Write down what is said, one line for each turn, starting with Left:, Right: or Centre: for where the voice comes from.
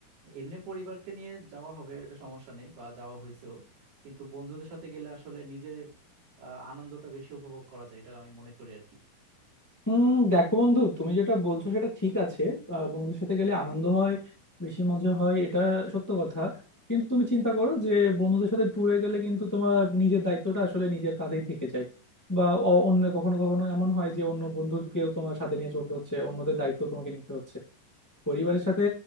Right: এমনি পরিবারকে নিয়ে যাওয়া হবে এটা সমস্যা নেই বা যাওয়া হয়েছেও কিন্তু বন্ধুদের সাথে গেলে আসলে নিজের আহ, আনন্দটা বেশি উপভোগ করা যায় এটা আমি মনে করি আর কি
Left: হুম দেখো বন্ধু তুমি যেটা বলছো সেটা ঠিক আছে আহ, বন্ধুদের সাথে গেলে আনন্দ হয় বেশি মজা হয় এটা সত্য কথা কিন্তু তুমি চিন্তা করো যে বন্ধুদের সাথে ট্যুরে গেলে কিন্তু তোমার নিজের দায়িত্বটা আসলে নিজের কাঁধেই থেকে যায় বা অ- অন্য কখনো কখনো এমন হয় যে অন্য বন্ধুকেও তোমার সাথে নিয়ে চলতে হচ্ছে অন্যদের দায়িত্ব তোমাকে নিতে হচ্ছে পরিবারের সাথে